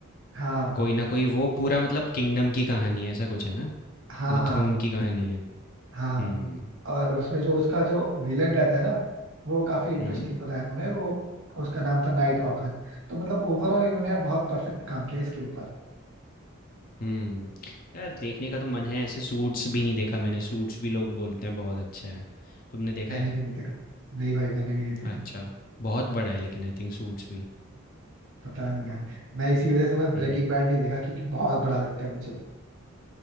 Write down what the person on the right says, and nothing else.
हाँ
हाँ
हाँ
हाँ
और उसमें जो उसका जो विलेन रहता है ना वो काफी इंटरेस्टिंग
बताया उन्होंने वो उसका नाम था नाइट वॉकर तो मतलब ओवरऑल इन्होंने यार बहुत परफेक्ट काम किया इसके ऊपर
मैंने
भी नहीं देखा नहीं भाई मैंने भी नहीं देखा
पता नहीं यार मैं इसी वजह से मैं ब्रेकिंग
बैड नहीं देखा क्योंकि बहुत बड़ा लगता है मुझे